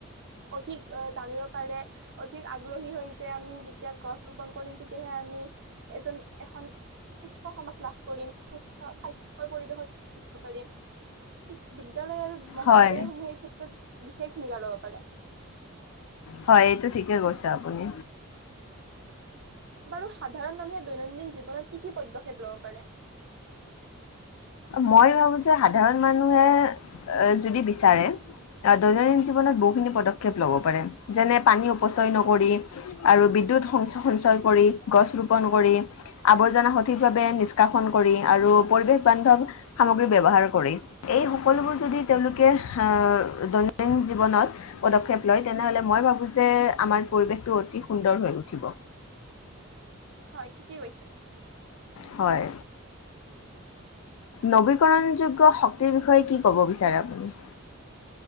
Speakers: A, on the right; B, on the left.
A: অধিক অ জানিব পাৰে অধিক আগ্ৰহী হয় যে আমি যেতিয়া গছ ৰোপন কৰিম তেতিয়াহে আমি এজন এখন সুস্থ সমাজ লাভ কৰিম, সুস্থ স্বাস্থ্যকৰ পৰিৱেশত থাকিব পাৰিম। শিক বিদ্যালয় আৰু মহাবিদ্যালয়সমূহে
B: হয়
A: এই ক্ষেত্ৰত বিশেষ ভূমিকা লব পাৰে।
B: হয়, এইটো ঠিকে কৈছে আপুনি।
A: বাৰু সাধাৰণ মানুহে দৈনন্দিন জীৱনত কি কি পদ্যক্ষেপ লব পাৰে?
B: মই ভাবো যে সাধাৰণ মানুহে আ যদি বিচাৰে আহ, দৈনন্দিন জীৱনত বহুখিনি পদক্ষেপ লব পাৰে যেনে পানী অপচয় নকৰি আৰু বিদ্যুৎ সং সঞ্চয় কৰি, গছ ৰোপন কৰি আৱৰ্জনা সঠিকভাৱে নিষ্কাশন কৰি আৰু পৰিৱেশ বান্ধৱ সামগ্ৰী ব্যৱহাৰ কৰি। এই সকলোবোৰ যদি তেওঁলোকে হা দৈনন্দিন জীৱনত পদক্ষেপ লয় তেনেহ'লে মই ভাবোঁ যে আমাৰ পৰিৱেশটো অতি সুন্দৰ হৈ উঠিব।
A: হয়, ঠিকেই কৈছে।
B: হয়। নৱীকৰণযোগ্য শক্তিৰ বিষয়ে কি ক'ব বিচাৰে আপুনি?